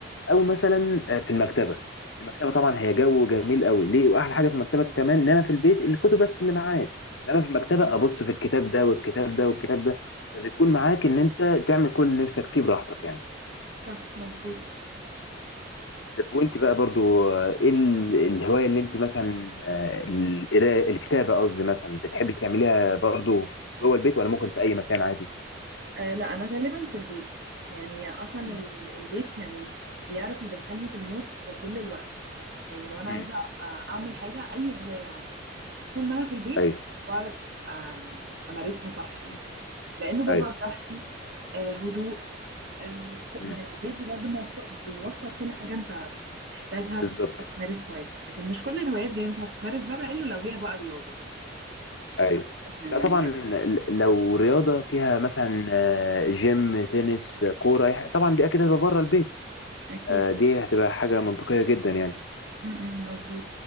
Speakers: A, on the left; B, on the right.
A: او مثلا آه، في المكتبه المكتبه طبعا هي جو جميل قوي ليه واحلى حاجه في المكتبه كمان ان انا في البيت الكتب بس اللي معايا انما في المكتبه
B: أمم.
A: ابص في الكتاب ده والكتاب ده والكتاب ده فبيكون معاك ان انت تعمل كل اللي نفسك فيه براحتك يعني
B: صح مظبوط
A: طب وانت بقى برضو آه، ايه ال- الهواية اللي انت مثلا آه، القراءة الكتابة قصدي مثلا بتحبي تعمليها برضو في- جوه البيت ولا ممكن في اي مكان عادي؟
B: آه لا انا غالبا في البيت يعني اصلا
A: مم.
B: ال- البيت يعني بيعرف يدخلني في المود في كل الوقت يعني لو انا
A: مم.
B: عايزه أ- اعمل حاجه اي هوايه عندي طول ما انا في البيت
A: ايوه
B: بعرف آم، امارسها صح يعني
A: مم.
B: لانه ببقى
A: ايوه
B: براحتي آه هدوء آه ك-
A: مم.
B: يعني البيت بجد موفر بيوفر كل حاجه انت محتاجها
A: بالظبط
B: في وانت بتمارس هوايتك لكن مش كل الهوايات بينفع تتمارس بره الا لو هي بقى رياضه
A: ايوه
B: بحس ان
A: لا طبعا
B: هي
A: ل- لو رياضة فيها مثلا آه، جيم تنس آه، كورة أي حاجة، طبعا دي اكيد هتبقى بره البيت
B: اكيد
A: آه،
B: أه.
A: دي هتبقى حاجة منطقية جدا يعني
B: م- م، مظبوط